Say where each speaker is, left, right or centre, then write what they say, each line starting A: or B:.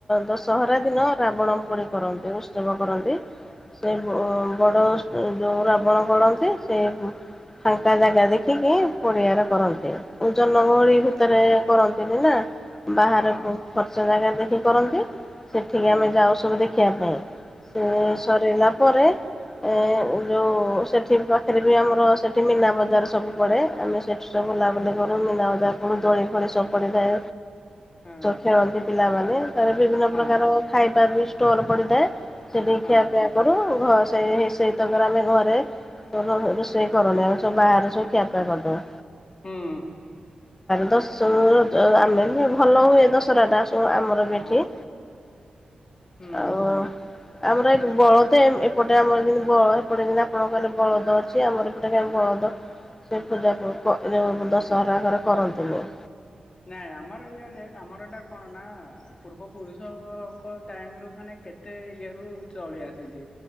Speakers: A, on the left; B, on the left.
A: ଦଶହରା ଦିନ ରାବଣ ପୋଡି କରନ୍ତି ଉତ୍ସବ କରନ୍ତି। ସେ ବଡ଼ ଯୋଉ ରାବଣ କରନ୍ତି ସେ ଫାଙ୍କା ଜାଗା ଦେଖିକି ପଡ଼ିଆାର କରନ୍ତି। ଜନଗହଳି ଭିତରେ କରନ୍ତିନି ନା ବାହାରକୁ
B: ହଁ
A: ଫର୍ଚ୍ଚା ଜାଗା ଦେଖି କରନ୍ତି ସେଠିକି
B: ହୁଁ
A: ଆମେ ଯାଉ ସବୁ ଦେଖିବା ପାଇଁ।
B: ହଁ
A: ସରାଇଲା ପରେ ଏ ଯେଉଁ ସେଠି ପାଖରେ ବି ଆମର ସେଠି ମୀନା ବଜାର ସବୁ ପଡ଼େ ଆମେ ସେଠି ବୁଲା ବୁଲି ମିନା ବଜାର ପଡେ। ଦୋଳି ଫୋଳି ସବୁ ପଡିଥାଏ
B: ହଁ।
A: ଖେଳନ୍ତି ପିଲାମାନେ। ତ ବିଭିନ୍ନ
B: ହଁ
A: ପ୍ରକାର ଖାଇବା ବି ଷ୍ଟଲ୍ ପଡିଥାଏ। ସେଠି
B: ହଁ
A: ଖିଆ ପିଆ କରୁ ଘ ସେଇ ସେଇ ତାପରେ ଆମେ ଘରେ ରୋଷେଇ କରନି ଆଉ ସବୁ ବାହାରେ ସବୁ ଖିଆପିଆ କରିଦଉ।
B: ହୁଁ।
A: ଦ ଆମେ ବି ଭଲ ହୁଏ ଦଶରା ଟା ସବୁ ଆମର ବି
B: ହଁ
A: ଏଠି
B: ହୁଁ।
A: ଆଉ ଆମର ଏ ବଳଦ ଏପଟେ ଆମର ଯେମିତି ବଳଦ ପଡ଼େ ଆପଣଙ୍କ କହିଲେ ବଳଦ ଅ ଛି। ଆମର ଏପଟେ କାହିଁ ବଳଦ ସେ ପୂଜା ଦଶହରାଙ୍କର କରନ୍ତିନି।
B: ନାଇଁ ଆମର ଇଆଡେ ଆମର ଏଇଟା କଣ ନା ପୂର୍ବ ପୁରୁଷଙ୍କ ଟାଇମ ରୁ ମାନେ କେତେ ଇଏରୁୁ ଚଳି ଆସିଛି।